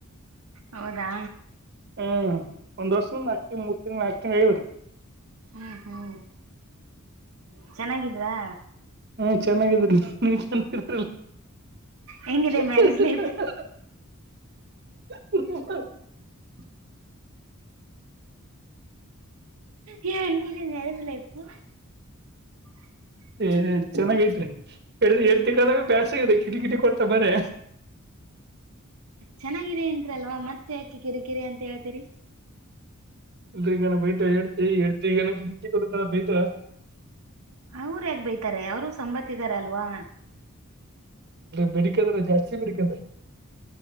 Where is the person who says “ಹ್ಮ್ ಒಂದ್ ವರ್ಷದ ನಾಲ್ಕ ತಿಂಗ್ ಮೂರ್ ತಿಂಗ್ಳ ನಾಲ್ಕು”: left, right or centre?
Right